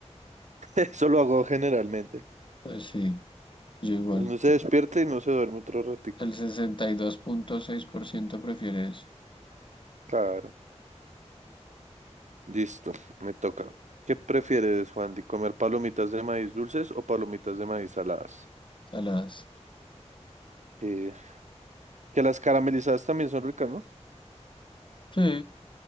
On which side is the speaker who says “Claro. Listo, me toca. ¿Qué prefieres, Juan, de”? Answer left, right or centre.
Right